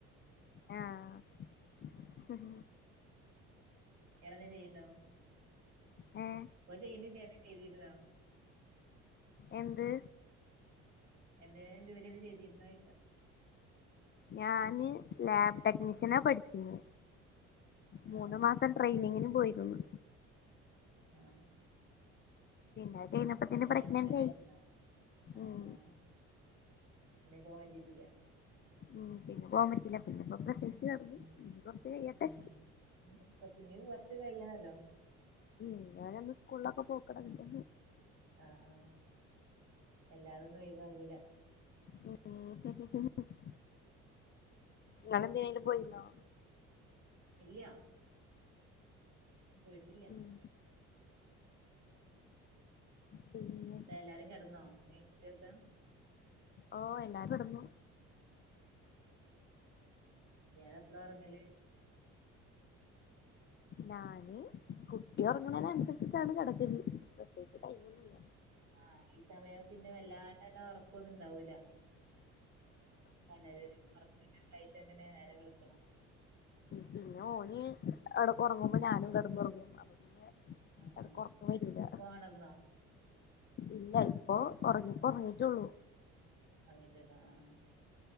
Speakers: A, on the left (about 35°); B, on the right (about 75°).
A: ആഹ
B: ടന്തും ചെയ്യണ്ടോ
A: ഉം
B: ഇപ്പൊ ചെയന്ി തന്ന ചെയ്തിരുന്നാ
A: എന്ത്
B: എന്തേും ജോലി ഒന്ന് ചെയ്തിരുന്ന കഴിക്ക
A: ഞാന് ലാബ് ടെക്നീഷ്യനാ പഠിച്ചിന്ന് മൂന്നു
B: ആഹ്
A: മാസം ട്രെയിനിങ്ങിന് പോയിരുന്നു
B: ആഹ
A: പിന്നെ അത് കഴിഞ്ഞപ്പത്തിന്
B: പിന്നെ
A: പ്രഗ്നന്റ്
B: വയറ്റില ഉണ്ടായിട്ടിുന്നാ
A: ആയി
B: ആ
A: ഉം
B: ആ എക്കാ ഭറ്റട്ടല്ലേ <inaudible>
A: ഉം പിന്നെ പോകപറ്റില്ല പിന്നെ കെടന്നു
B: ഉ
A: ഇനി കൊറച്ച് കയ്യട്ടെ
B: ഉ ഉ കൊച്ചി <inaudible> നീ കുറച്ച് കഴ്യണല്ലോ
A: ഉ ഞാന ഒന്ന് സ്കൂളിലൊക്കെ പോക്കടലണ്ട്
B: ആഹ ആഹ എല്ലാതൊന്നും ഒഴിവാകൂല
A: ആ <unintelligible> ഇള എന്തിനെങ്കിലു പോയിുന്നോ
B: ഇല്ല പോയിട്ടില്ല
A: ഉം പിന്നെ
B: ഇവിടെ എല്ലാരും കിടന്നോ ഉമ്മയുപ്പക്കെ
A: ഓ എല്ലാരും കടന്നു
B: ഇയാള എപ്പളാ ഉറങ്ങല്
A: ഞാന് കുട്ടി ഉറങ്ങണതിന അനുസരിച്ചിട്ടാണ് കിടക്കല് പ്രത്യേകിച്ച് ടൈമൊന്നുല്ല
B: ആഹ ഈ സമയം പിന്നെ വല്ലാണ്ടങ്ങ് ഉറക്കൊന്നും ഇണ്ടാവൂല <unintelligible> ആയിട്ടങ്ങനെ നേരം വെളുക്കണം
A: പിന്നെ ഓന് ഒറങ്ങുമ്പോ ഞാനും കെടന്നുറങ്ങും അപ്പ പിന്നെ
B: ആ
A: എടക്ക്
B: ആഹ
A: ഉറക്കം വരൂല
B: ഇപ്പൊ ഒണർന്നോ
A: ഇല്ല ഇപ്പൊ ഉറങ്ങിപ്പോ ഉറങ്ങിട്ടുള്ളൂ
B: ഒറങ്ങീട്ടൊള്ളാആഹ് ആ